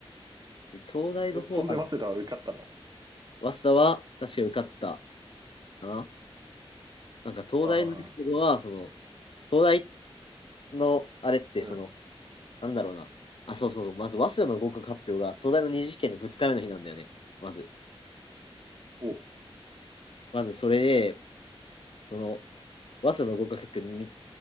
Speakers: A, on the left (about 65°); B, on the right (about 40°).
A: で東大の方は、
B: え、そんで早稲田は受かったの
A: 早稲田は確かに受かってたかな。なんか東大のエピソードは、
B: ああ、はは
A: その、東大のあれって、
B: うん。
A: その、なんだろうな。あ、そうそうそう、まず早稲田の合格発表が、東大の二次試験の2日目の日なんだよね。まず。
B: お、
A: まずそれで、その、早稲田の合格発表に見